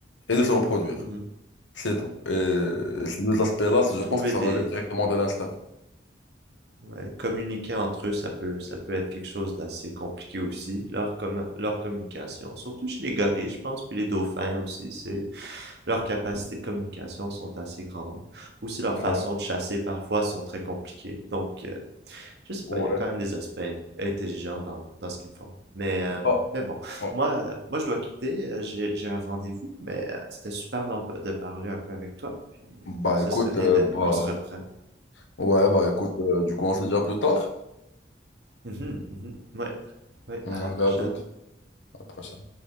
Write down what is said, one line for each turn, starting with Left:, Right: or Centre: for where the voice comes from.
Left: et de se reproduire.
Right: mhm.
Left: C'est tout. Et ces deux aspects-là, je
Right: Trouver
Left: pense que ça
Right: des...
Left: relève directement de l'instinct.
Right: ouais, communiquer entre eux, ça peut, ça peut être quelque chose d'assez compliqué aussi, leur, com- leur communication. Surtout chez les gorilles, je pense, puis les dauphins aussi, c'est... Leurs capacités de communication sont assez grandes. Aussi, leurs
Left: Ouais,
Right: façons de chasser parfois sont très compliquées. Donc, euh, je sais pas,
Left: ouais.
Right: il y a quand même des aspects intelligents dans, dans ce qu'ils font. Mais, euh,
Left: Bah,
Right: mais bon,
Left: ouais.
Right: moi, euh, moi, je dois quitter. euh, J'ai, j'ai un rendez-vous, mais euh, c'était super d'en- de parler un peu avec toi. Puis, euh,
Left: Bah,
Right: ce
Left: écoute,
Right: serait bien
Left: euh,
Right: de,
Left: bah,
Right: qu'on se reprenne.
Left: ouais, bah écoute, euh, du coup, on se dit à plus tard.
Right: Mhm, mhm. ouais, ouais,
Left: Allez,
Right: à la prochaine.
Left: à toute. À la prochaine.